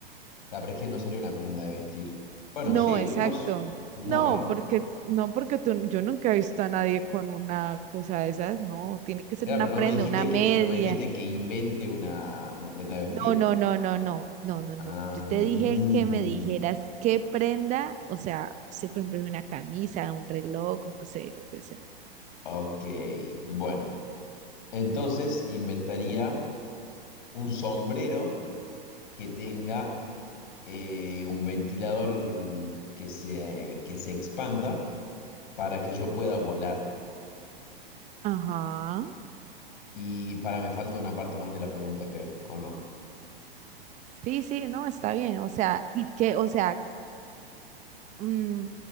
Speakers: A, on the left; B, on the right.
A: La verdad es que no sería una prenda de vestir. Bueno,
B: No,
A: sí,
B: exacto.
A: no, s- no,
B: No,
A: ¿no?
B: porque no porque tú, yo nunca he visto a nadie con una cosa de esas, no, tiene que ser
A: Claro,
B: una
A: pero
B: prenda,
A: no me dijiste
B: una media.
A: que, no me dijiste que invente una, una prenda de vestir.
B: No, no, no, no, no, no, no, no.
A: Ah,
B: Yo te dije
A: mm,
B: que me dijeras qué prenda, o sea, si por ejemplo es una camisa, un reloj, no sé, lo que sea.
A: ok, bueno. Entonces inventaría un sombrero que tenga eh, un ventilador que se, que se expanda para que yo pueda volar.
B: Ajá.
A: Y para me falta una parte más de la pregunta, creo, ¿o no?
B: Sí, sí, no, está bien. O sea, y que, o sea, mm,